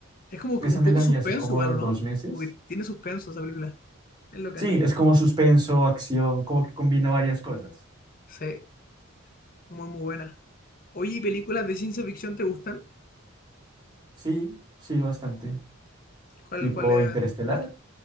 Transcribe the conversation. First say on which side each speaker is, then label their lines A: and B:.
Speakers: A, on the left; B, on the right.
A: es como
B: Esa
A: que un
B: me
A: poco
B: la
A: suspenso
B: vi hace como
A: igual,
B: dos
A: ¿o ¿no?
B: meses.
A: Como que tiene suspenso esa película. Es loca.
B: Sí, es como suspenso, acción, como que combina varias cosas.
A: Sí, muy, muy buena. Oye, ¿y películas de ciencia ficción te gustan?
B: Sí, sí, bastante.
A: ¿Cuál,
B: Tipo
A: cuál es
B: Interestelar.
A: las que